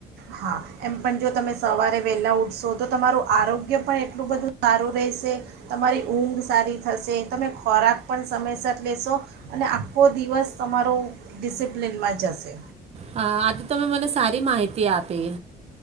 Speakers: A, on the right; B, on the right.
A: હા એમ પણ જો તમે સવારે વહેલા ઊઠશો તો તમારું આરોગ્ય પણ એટલું બધું સારું, રહેશે તમારી ઊંઘ સારી થશે, તમે ખોરાક પણ સમયસર લેશો, અને આખો દિવસ તમારો ડિસિપ્લિનમાં જશે.
B: હ આજે તમે મને સારી માહિતી આપી.